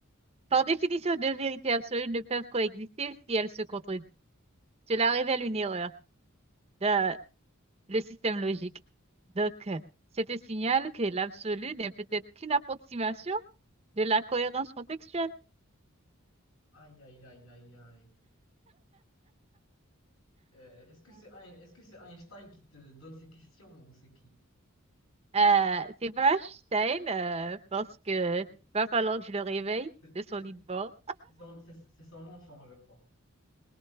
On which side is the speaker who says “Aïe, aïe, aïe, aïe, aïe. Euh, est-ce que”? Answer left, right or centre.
Left